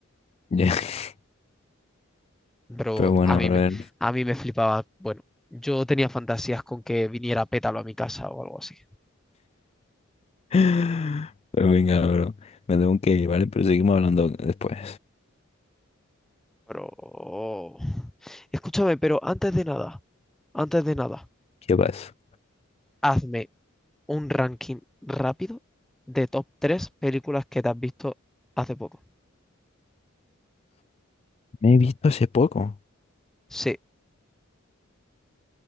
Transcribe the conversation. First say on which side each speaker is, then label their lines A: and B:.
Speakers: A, on the left; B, in the centre.
A: <laughs>
B: Pero
A: Pero bueno,
B: a mí
A: bro.
B: me, a mí me flipaba. Bueno, yo tenía fantasías con que viniera Pétalo a mi casa o algo así.
A: <laughs> Pero venga, bro. Me tengo que ir, ¿vale? Pero seguimos hablando después.
B: Pero... oh, Escúchame, pero antes de nada, antes de nada,
A: ¿Qué pasa?
B: hazme un ranking rápido de top 3 películas que te has visto hace poco.
A: Me he visto hace poco.
B: Sí.